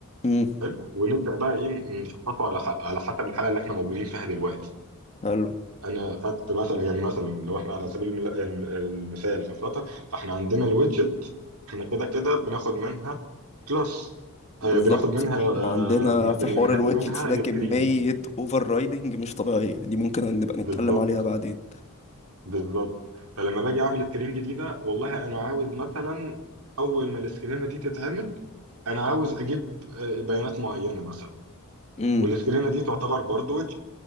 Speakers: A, on the left; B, on the right.
A: امم
B: حلو ونبدا بقى ايه نشطفه على ح- على حسب الحاله اللي احنا موجودين فيها دلوقتي
A: حلو
B: انا خدت مثلا يعني مثلا لو احنا على سبيل المل- الم- المثال في فلاتر فاحنا عندنا الويدجت احنا كده كده بناخد منها كلاس
A: بالظبط
B: آه بناخد منها آه
A: احنا عندنا
B: بن-
A: في
B: بننهرت
A: حوار الويدجتس
B: منها
A: ده
B: السكرين
A: كمية اوفر رايدنج مش طبيعية دي ممكن نبقى نتكلم
B: بالظبط
A: عليها بعدين
B: بالظبط فلما باجي اعمل سكرين جديده والله انا عاوز مثلا اول ما السكرينه دي تتعمل انا عاوز اجيب آه، بيانات معينه مثلا
A: امم
B: والسكرينه دي تعتبر برضه